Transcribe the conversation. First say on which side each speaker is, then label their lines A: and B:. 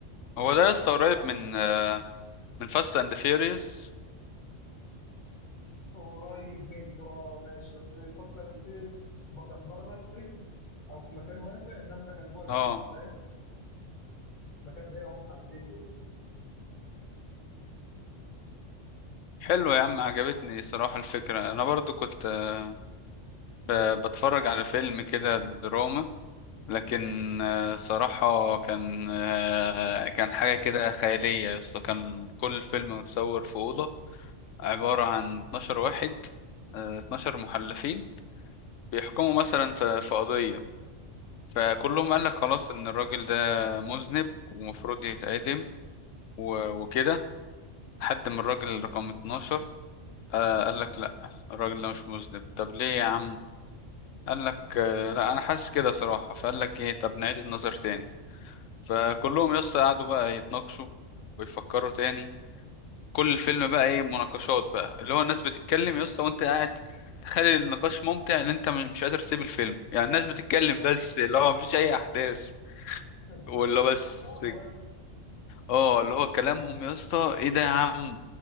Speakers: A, on the left; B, on the left.
A: هو ده يا اسطى قريب
B: وبعد-
A: من آه، من فاست اند فيوريوس
B: قريب منه اه ماشي بس الفاست اند فيوريوس كان بره السجن او في مكان واسع انما ده كان جوه السجن
A: اه
B: فاهم بس المكان ده هم محددين له كده
A: حلو يا عم عجبتني صراحة الفكرة انا برضو كنت آه، ب- بتفرج على فيلم كده دراما لكن آه، صراحة كان آه، كان حاجة كده خيالية يا اسطى كان كل فيلم متصور في أوضة عبارة عن 12 واحد آه، 12 محلفين بيحكموا مثلا في في قضية فكلهم
B: اه
A: قال لك خلاص إن الراجل ده مذنب ومفروض يتعدم و- وكده لحد ما الراجل رقم 12 آه، قال لك لأ الراجل ده مش مذنب طب ليه يا عم قال لك آه، لأ أنا حاسس كده صراحة فقال لك إيه طب نعيد النظر تاني فكلهم يا اسطى قعدوا بقى يتناقشوا ويفكروا تاني كل الفيلم بقى ايه مناقشات بقى اللي هو الناس بتتكلم يا اسطى وانت قاعد تخلي النقاش ممتع ان انت م- مش قادر تسيب الفيلم يعني الناس بتتكلم
B: اه
A: بس اللي هو مفيش اي احداث
B: <laughs>
A: ولا بس
B: مفقودة بس
A: اه اللي هو كلامهم يا اسطى ايه ده يا عم